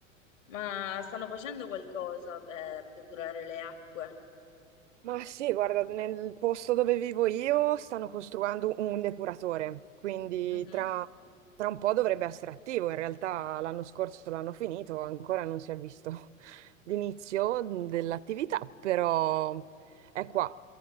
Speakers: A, on the left; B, on the right.
A: Ma stanno facendo qualcosa per depurare le acque?
B: Ma sì, guarda, nel posto dove vivo io stanno costruendo un depuratore, quindi
A: Mhm.
B: tra, tra un po' dovrebbe essere attivo. In realtà l'anno scorso l'hanno finito, ancora non si è visto <laughs> l'inizio dell'attività, però è qua.